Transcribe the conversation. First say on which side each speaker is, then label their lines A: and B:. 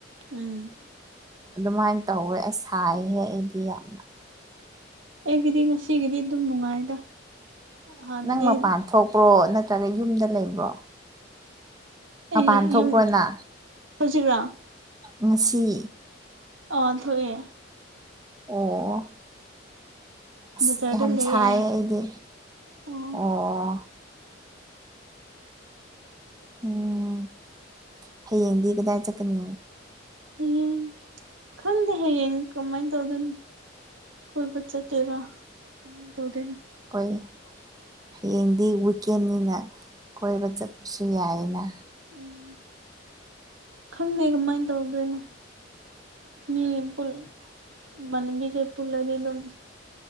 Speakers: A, on the right; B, on the right.
A: ꯎꯝ
B: ꯑꯗꯨꯃꯥꯏꯟ ꯇꯧꯋꯦ ꯑꯩ ꯁꯥꯏꯍꯦ ꯑꯩꯗꯤ ꯌꯥꯝꯅ
A: ꯑꯩꯒꯤꯗꯤ ꯉꯁꯤꯒꯤꯗꯤ ꯑꯗꯨꯝ ꯅꯨꯡꯉꯥꯏꯗ ꯍꯥꯟꯅꯗꯤ
B: ꯅꯪ ꯃꯄꯥꯟ ꯊꯣꯛꯄ꯭ꯔꯣ ꯅꯠꯇ꯭ꯔꯒ ꯌꯨꯝꯗ ꯂꯩꯕ꯭ꯔꯣ ꯃꯄꯥꯟ
A: ꯑꯩ
B: ꯊꯣꯛꯄꯅ
A: ꯌꯨꯝ ꯍꯧꯖꯤꯛꯔꯥ
B: ꯉꯁꯤ
A: ꯑꯥ ꯊꯣꯛꯑꯦ
B: ꯑꯣ ꯑꯁ
A: ꯕꯖꯥꯔꯗ
B: ꯌꯥꯝ
A: ꯂꯩꯌꯦ
B: ꯁꯥꯏ
A: ꯑꯩ
B: ꯑꯩꯗꯤ
A: ꯑꯣ
B: ꯑꯣ ꯎꯝ ꯍꯌꯦꯡꯗꯤ ꯀꯗꯥꯏ ꯆꯠꯀꯅꯤ
A: ꯍꯌꯦꯡ ꯈꯪꯗꯦ ꯍꯌꯦꯡ ꯀꯃꯥꯏꯟ ꯇꯧꯗꯣꯏꯅꯤ ꯀꯣꯏꯕ ꯆꯠꯇꯣꯏꯔꯥ ꯀꯃꯥꯏ ꯇꯧꯗꯣꯏꯅꯣ
B: ꯀꯣꯏ ꯍꯌꯦꯡꯗꯤ ꯋꯤꯀꯦꯟꯅꯤꯅ ꯀꯣꯏꯕ ꯆꯠꯄꯁꯨ ꯌꯥꯏꯌꯦꯅ
A: ꯎꯝ ꯈꯪꯗꯦ ꯀꯃꯥꯏꯟ ꯇꯧꯗꯣꯏꯅꯣ ꯃꯤ ꯄꯨꯜ ꯏꯃꯥꯟꯅꯕꯤ ꯀꯩ ꯄꯨꯜꯂꯗꯤ ꯑꯗꯨꯝ